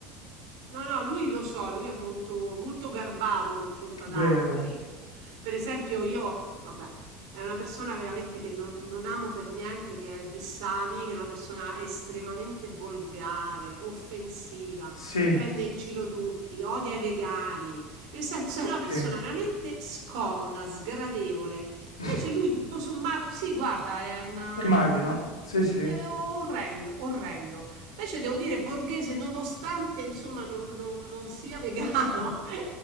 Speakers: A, on the right (about 65°); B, on the left (about 80°).
A: No, no, lui lo so, lui è molto, molto garbato confronto ad altri.
B: vero?
A: Per esempio, io, vabbè, è una persona veramente che non, non amo per niente, che è Vissani, che è una persona estremamente volgare, offensiva,
B: Sì,
A: prende in giro tutti, odia i vegani, nel senso è una persona
B: sì.
A: veramente scomoda, sgradevole. Invece
B: <laughs>
A: lui, tutto sommato, sì, guarda, è una,
B: Immagino, sì, sì,
A: è orrendo, orrendo. Invece devo dire borghese, nonostante insomma non, non- non sia vegano <laughs>